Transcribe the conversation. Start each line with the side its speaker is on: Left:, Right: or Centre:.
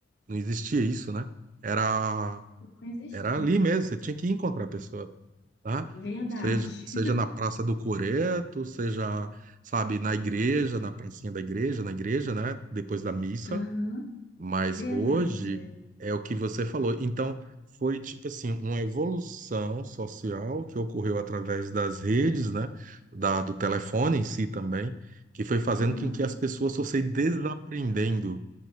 Right: não existia isso, né? Era,
Left: Não existir.
Right: era ali mesmo, você tinha que encontrar a pessoa, tá?
Left: Verdade.
Right: Seja, seja na Praça do Coreto, seja, sabe, na igreja, na pracinha da igreja, na igreja, né? Depois da missa,
Left: <laughs> Aham,
Right: Mas
Left: Verdade.
Right: hoje é o que você falou. Então, foi tipo assim, uma evolução social que ocorreu através das redes, né? Da, do telefone em si também, que foi fazendo
Left: Aham,
Right: com que as pessoas fossem desaprendendo